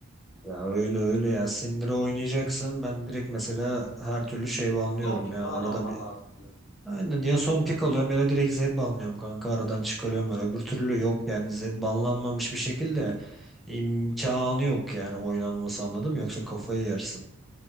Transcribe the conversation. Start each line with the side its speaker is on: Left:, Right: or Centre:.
Centre: Ya öyle öyle ya. Sindire oynayacaksan ben direkt mesela her türlü şey banlıyorum
Left: Son pick
Centre: ya.
Left: falan
Centre: Arada
Left: olman
Centre: bir
Left: lazım biraz.
Centre: Aynen ya son pick alıyorum ya da direkt Z banlıyorum kanka aradan çıkarıyorum öyle. Öbür türlü yok yani Z banlanmamış bir şekilde imkanı yok yani oynanması anladım yoksa kafayı yersin.